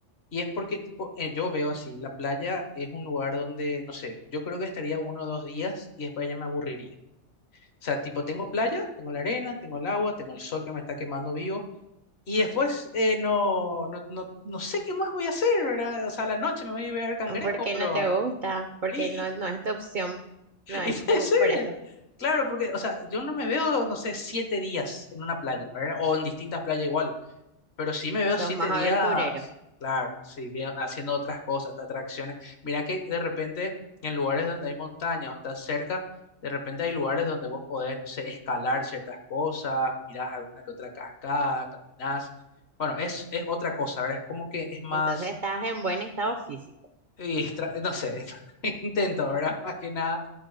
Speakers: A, on the left; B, on the right.
A: Y es porque, tipo, eh, yo veo así, la playa es un lugar donde, no sé, yo creo que estaría uno o dos días y después ya me aburriría. O sea, tipo, tengo playa, tengo la arena, tengo el agua, tengo el sol que me está quemando vivo y después eh, no, no, no, no sé qué más voy a hacer, ¿verdad? O sea, a la noche me voy a ver cangrejos,
B: <laughs> ¿Por qué
A: pero...
B: no te gusta? Porque
A: Y,
B: no, no es tu opción. No es
A: y, <laughs> y puede
B: tu,
A: ser,
B: por eso.
A: claro, porque, o sea, yo no me veo, no sé, siete días en una playa, ¿verdad? O en distintas playas igual. Pero sí me veo
B: Sos
A: siete
B: más
A: días,
B: aventurero.
A: claro, sí, vi- haciendo otras cosas, hasta atracciones. Mira que de repente en lugares donde hay montañas o estás cerca, de repente hay lugares donde vos podés, no sé, escalar ciertas cosas, mirás alguna que otra cascada, caminás. Bueno, es, es otra cosa, ¿verdad? Es como que es más,
B: Entonces estás en buen estado físico.
A: y estra- no sé, <laughs> intento, ¿verdad? Más que nada.